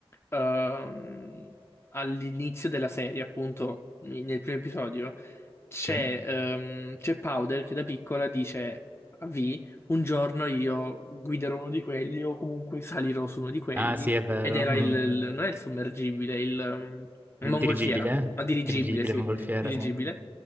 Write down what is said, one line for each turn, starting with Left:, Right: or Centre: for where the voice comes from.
Left: ehm, all'inizio della serie, appunto, n- nel primo episodio, c'è
Right: Ok.
Left: ehm, c'è Powder che da piccola dice a V, un giorno io guiderò uno di quelli o comunque salirò su uno di quelli.
Right: Ah sì, è vero.
Left: Ed era
Right: Mm.
Left: il, il- non è il sommergibile, il, ehm, il mongolfiera,
Right: Dirigibile, eh?
Left: ma dirigibile,
Right: dirigibile,
Left: sì,
Right: mongolfiera,
Left: dirigibile.
Right: sì.